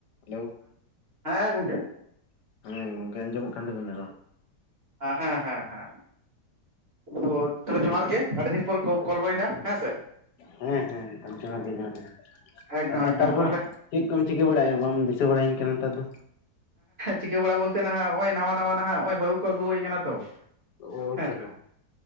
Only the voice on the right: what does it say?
ᱦᱮᱸ ᱜᱚᱝᱠᱮ᱾
ᱦᱮᱸ, ᱦᱮᱸ, ᱦᱮᱸ᱾ ᱛᱚ ᱛᱟᱦᱚᱞᱮ ᱡᱚᱦᱟᱨ ᱜᱮ ᱟᱹᱰᱤ ᱫᱤᱱ ᱯᱚᱨ ᱠᱚᱞ ᱦᱩᱭᱱᱟ ᱦᱮᱸ ᱥᱮ᱾
ᱮᱠᱫᱚᱢ ᱮᱠᱫᱚᱢ
ᱛᱟᱦᱚᱞᱮ
ᱪᱤᱠᱟᱹ ᱵᱟᱲᱟ ᱵᱚᱞᱛᱮ ᱱᱟᱦᱟᱜ ᱱᱚᱜᱼᱚᱭ ᱱᱟ ᱱᱟᱣᱟ ᱱᱟᱦᱟᱜ ᱱᱚᱜᱼᱚᱭ ᱵᱟᱹᱦᱩ ᱠᱚ ᱟᱹᱜᱩ ᱦᱩᱭ ᱠᱟᱱᱟ ᱛᱚ᱾
ᱦᱮᱸ